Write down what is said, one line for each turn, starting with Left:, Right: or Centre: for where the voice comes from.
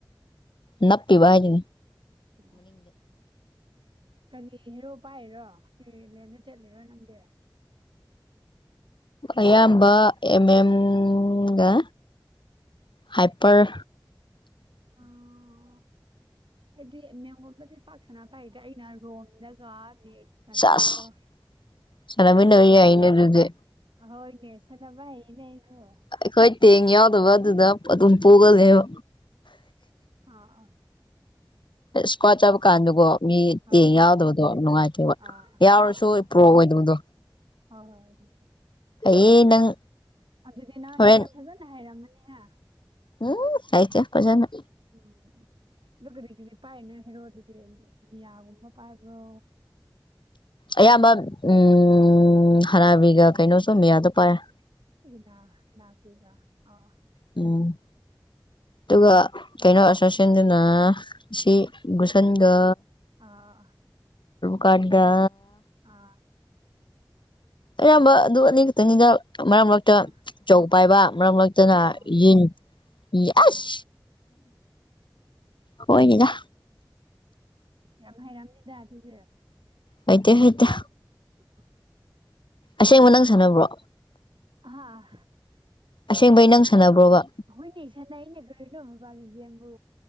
Left: ꯅꯞꯄꯤꯕ ꯍꯥꯏ
Right: ꯎꯝ ꯀꯔꯤ ꯍꯦꯔꯣ ꯄꯥꯏꯔꯣ ꯀꯔꯤꯂꯦꯟꯗ ꯆꯠꯂꯤꯔꯣ ꯅꯪꯗꯤ
Left: ꯑꯌꯥꯝꯕ ꯑꯦꯝ ꯑꯦꯝꯒ ꯍꯥꯏꯄꯔ
Right: ꯑ ꯑꯩꯗꯤ ꯃꯦꯟꯒꯣꯟꯕꯗꯤ ꯄꯥꯛꯁꯅ ꯐꯩꯗꯦ ꯑꯩꯅ ꯔꯣꯝꯗꯒ ꯃ ꯁꯅꯥꯕꯣ
Left: ꯆꯥꯁ
Right: ꯀꯣ
Left: ꯁꯥꯟꯅꯃꯤꯟꯅꯕ
Right: ꯁꯅꯥꯕ
Left: ꯌꯥꯏꯅꯦ ꯑꯗꯨꯗꯤ
Right: ꯍꯣꯏ ꯏꯅꯦꯁꯗꯕꯥꯥꯏꯅꯦꯁꯨꯣ
Left: ꯑꯩꯈꯣꯏ ꯇꯦꯡ ꯌꯥꯎꯗꯕ ꯑꯗꯨꯗ ꯑꯗꯨꯝ ꯄꯨꯒꯅꯦꯕ
Right: ꯑꯥ ꯑ
Left: ꯏꯁꯀꯋꯥꯆꯕ ꯀꯥꯟꯒꯣ ꯃꯤ ꯇꯦ
Right: ꯑꯥ ꯑꯥ
Left: ꯌꯥꯎꯗꯕꯗꯣ ꯅꯨꯡꯉꯥꯏꯇꯦꯕ
Right: ꯑꯥ
Left: ꯌꯥꯎꯔꯁꯨ
Right: ꯑꯥ
Left: ꯄ꯭ꯔꯣ ꯑꯣꯏꯗꯕꯗꯣ
Right: ꯍꯣꯏ ꯍꯣꯏ ꯑꯗꯨ
Left: ꯑꯩ ꯅꯪ
Right: ꯑꯗꯨꯗꯤ ꯅꯪ ꯑꯦꯝ
Left: ꯍꯣꯔꯦꯟ
Right: ꯑꯦꯝ ꯐꯖꯅ ꯍꯥꯏꯔꯝꯃꯅꯤꯍ
Left: ꯎꯝ ꯆꯥꯏꯇꯦ ꯄꯖꯅ
Right: ꯎꯝ ꯑꯗꯨ ꯀꯔꯤ ꯀꯔꯤ ꯄꯥꯏꯅꯣꯏ ꯍꯥꯏꯔꯣ ꯑꯗꯨꯗꯤ ꯃꯤꯌꯥꯒꯨꯝꯕ ꯄꯥꯏꯕ꯭ꯔꯣ
Left: ꯑꯌꯥꯝꯕ ꯎꯝ ꯍꯔꯥꯕꯤꯒ ꯀꯩꯅꯣꯁꯨ ꯃꯌꯥꯗ ꯄꯥꯏꯔꯦ
Right: ꯏꯅꯥ ꯂ ꯀꯤꯒ ꯑꯣ
Left: ꯎꯝ ꯑꯗꯨꯒ ꯀꯩꯅꯣ ꯑꯁꯔꯁꯟꯗꯨꯅ ꯁꯤ ꯒꯨꯁꯟꯒ
Right: ꯑꯥ
Left: ꯀꯥꯗ
Right: ꯑꯥ
Left: ꯑꯌꯥꯝꯕ ꯑꯗꯨ ꯑꯅꯤ ꯈꯛꯇꯪꯅꯤꯗ ꯃꯔꯛ ꯃꯔꯛꯇ
Right: ꯑꯥ
Left: ꯆꯧ ꯄꯥꯏꯕ ꯃꯔꯛ ꯃꯔꯛꯇ ꯠꯇꯅ
Right: ꯑꯣ
Left: ꯌꯦꯟ ꯑꯁ
Right: ꯑꯥ
Left: ꯍꯣꯏꯅꯤꯗ
Right: ꯌꯥꯝ ꯐꯥꯏꯔꯝꯅꯤꯗꯖ
Left: ꯍꯥꯏꯇ ꯐꯩꯗ
Right: <unintelligible>
Left: ꯑꯁꯦꯡꯕ ꯅꯪ ꯁꯥꯟꯅꯕ꯭ꯔꯣ
Right: ꯍꯥꯥ
Left: ꯑꯁꯦꯡꯕꯩ ꯅꯪ ꯁꯥꯟꯅꯕ꯭ꯔꯣꯕ
Right: ꯍꯣꯏꯅꯦ ꯏꯁꯥꯅ ꯑꯩꯅ ꯀ꯭ꯔꯅꯣ ꯃ ꯄꯥꯜꯂꯤꯁꯦꯕꯨ